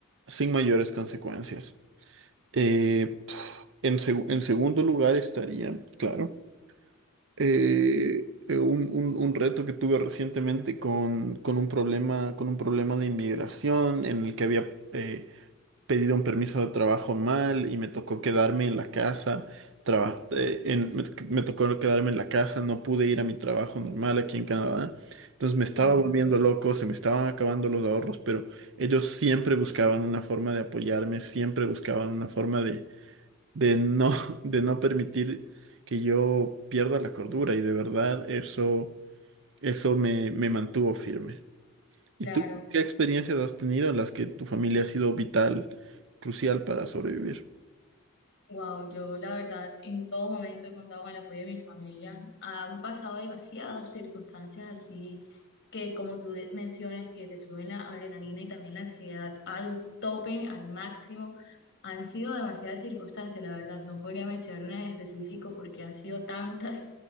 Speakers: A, on the right; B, on the left.
A: sin mayores consecuencias. Eh, en, seg- en segundo lugar estaría, claro eh, eh, un, un- un reto que tuve recientemente con, con un problema, con un problema de inmigración en el que había eh, pedido un permiso de trabajo mal y me tocó quedarme en la casa. traba- eh, en- me, me tocó quedarme en la casa, no pude ir a mi trabajo normal aquí en Canadá. Entonces me estaba
B: <laughs>
A: volviendo loco, se me estaban acabando los ahorros, pero ellos siempre buscaban una forma de apoyarme, siempre buscaban una forma de no, <laughs> de no permitir que yo pierda la cordura y de verdad eso, eso me, me mantuvo firme. ¿Y
B: Claro,
A: tú qué experiencias has tenido en las que tu familia ha sido vital, crucial para sobrevivir?
B: wow, yo la verdad en todo momento he contado con el apoyo de mi familia. Han pasado demasiadas circunstancias así que como tú de- mencionas, que te suben la adrenalina y también la ansiedad al tope, al máximo, han sido demasiadas circunstancias, la verdad, no podría mencionar una en específico porque han sido tantas,